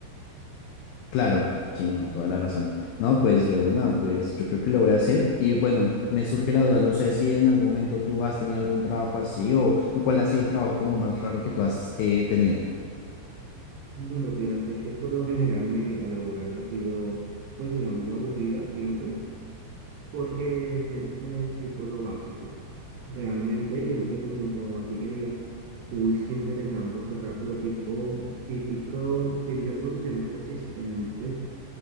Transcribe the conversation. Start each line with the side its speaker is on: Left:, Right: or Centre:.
Left: Claro, sí, no, toda la razón. No, pues de una, pues yo creo que lo voy a hacer. Y bueno, me surge la duda, no sé si en algún momento tú has tenido algún trabajo así o, o cuál ha sido el trabajo como más raro que tú has eh, tenido.
Right: Bueno, fíjate que por lo general mi vida laboral ha sido, pues digamos, aburrida siempre, porque siempre es tipo lo básico. Realmente yo nunca he tenido un trabajo así que diga, uy, qué interesante, qué rápido, tipo, típico, típicas posiciones de asistente